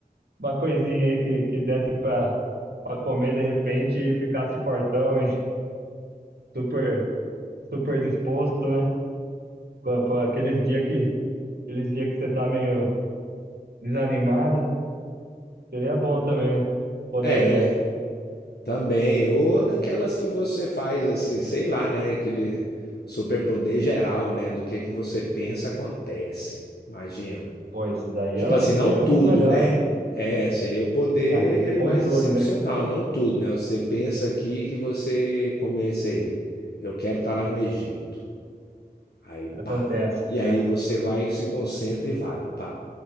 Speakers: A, on the right; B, on the left.
A: uma coisinha aí que, que desse pra, pra comer de repente e ficasse fortão e <laughs> super, super disposto, né? Com- com Aqueles dias que, aqueles dia que você tá meio desanimado, seria bom também poder
B: É,
A: desse.
B: também. Ou daquelas que você faz assim, sei lá, né? Aquele superpoder geral, né? Do que que você pensa acontece. Imagina.
A: Pô, esse daí
B: Tipo
A: é, o-
B: assim,
A: esse
B: não
A: aí é
B: tudo,
A: um dos melhores,
B: né?
A: hein?
B: É, seria o poder
A: Ah, tem que ter controle,
B: mais excepcional,
A: né? <laughs>
B: não tudo, né? Você pensa aqui que você, como esse aí, eu quero estar lá no Egito. Aí, pá.
A: Acontece.
B: E
A: É,
B: aí você vai, se concentra e vai, pá.